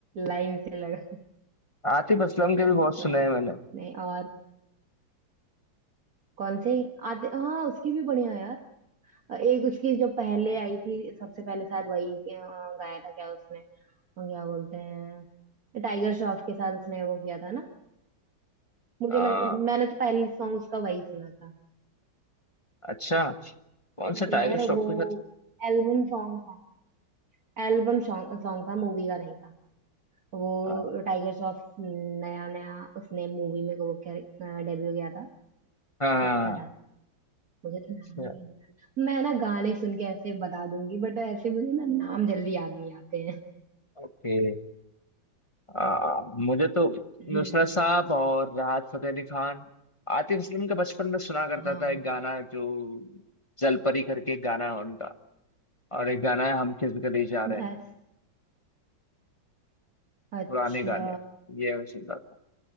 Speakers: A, on the right; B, on the left.
A: लाइन से लगा के।
B: आतिफ असलम के भी
A: वो
B: बहुत
A: तो
B: सुने
A: है
B: हैं मैंने
A: नहीं और कौन से आते हाँ उसकी भी बढ़िया है यार एक उसकी जो पहले आई थी सबसे पहले शायद वही अ, गाया था क्या उसने और क्या बोलते हैं टाइगर श्रॉफ के साथ उसने वो किया था ना मुझे
B: आ,
A: लग मैंने तो पहले सॉन्ग उसका वही सुना था
B: अच्छा कौन
A: अरे
B: सा टाइगर
A: यार
B: श्रॉफ
A: वो
B: के साथ
A: एल्बम सॉन्ग था एल्बम सॉन्ग सॉन्ग था मूवी का नहीं था वो
B: आ,
A: टाइगर श्रॉफ नया नया उसने मूवी में वो डेब्यू किया था
B: हाँ
A: तब का था मुझे तो नाम
B: अच्छा
A: ही नहीं याद। मैं ना गाने सुन के ऐसे बता दूंगी बट ऐसे मुझे ना नाम जल्दी याद नहीं आते हैं
B: ओके आ, मुझे तो
A: हम्म
B: नुसरत साहब और राहत फतेह अली खान आतिफ असलम के बचपन में सुना करता
A: हाँ
B: था एक गाना जो जलपरी करके एक गाना है उनका और एक गाना है हम किस गली जा रहे हैं
A: अस- अच्छा
B: पुराने गाने हैं। ये मैं सुनता था